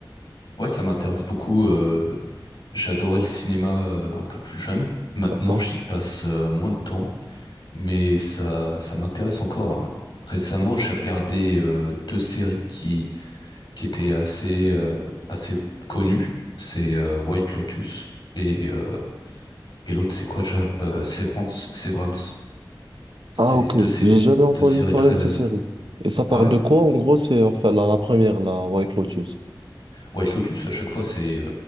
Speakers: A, on the left; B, on the right.
A: ouais, ça m'intéresse beaucoup. euh, j'adorais le cinéma euh, un peu plus jeune. Maintenant,
B: D'accord.
A: j'y passe euh, moins de temps, mais ça, ça m'intéresse encore. hein. Récemment, j'ai regardé euh, deux séries qui, qui étaient assez, euh, assez connues. C'est euh, White Lotus et, euh, et l'autre, c'est quoi déjà? Euh, Severance. Severance. C'est
B: Ah, ok.
A: deux, sé-
B: J'ai jamais entendu
A: deux séries
B: parler
A: très
B: de
A: récentes.
B: ces séries. Et ça parle
A: Ah ouais?
B: de quoi? En gros, c'est enfin la, la première, la White Lotus.
A: White Lotus, à chaque fois, c'est euh,